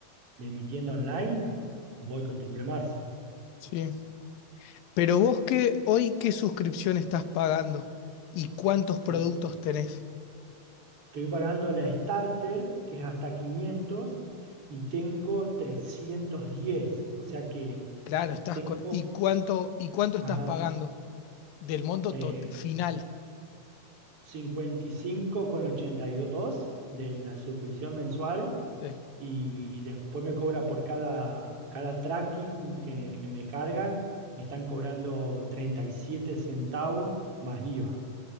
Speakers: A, on the right; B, on the left.
A: de mi tienda online, voy con Triple Marzo.
B: sí. Pero vos qué, hoy qué suscripción estás pagando y cuántos productos
A: Estoy
B: tenés.
A: pagando la starter, que es hasta quinientos y tengo 310, o sea que
B: Claro, estás
A: Tengo,
B: con... ¿Y cuánto, y cuánto estás
A: ajá,
B: pagando del monto
A: eh,
B: tot- final?
A: 55,82 de la suscripción mensual
B: Sí.
A: y después me cobra por cada, cada tracking que, que me cargan, me están cobrando 37 centavos más IVA.